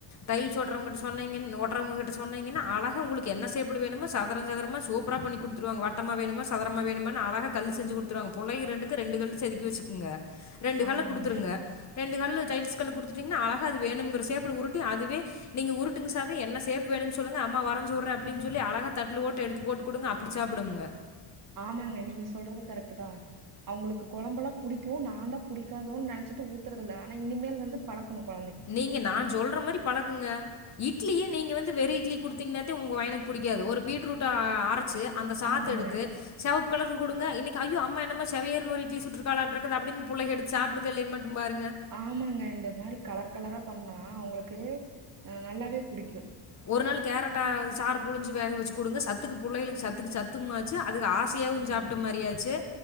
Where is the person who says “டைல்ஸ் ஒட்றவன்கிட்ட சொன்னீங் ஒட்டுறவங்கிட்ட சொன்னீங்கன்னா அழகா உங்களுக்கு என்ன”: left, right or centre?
Left